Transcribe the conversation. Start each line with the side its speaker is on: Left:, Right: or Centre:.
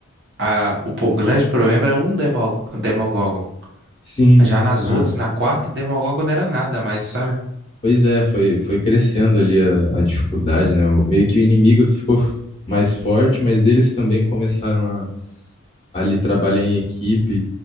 Right: a, o po- grande problema era um demo, Demogorgon.
Left: Sim.
Right: Já nas
Left: Ah.
Right: outras, na quarta, Demogorgon não era nada, mas sabe?
Left: Pois é, foi, foi crescendo ali a, a dificuldade, né? O, meio que o inimigo ficou f- mais forte, mas eles também começaram a ali trabalhar em equipe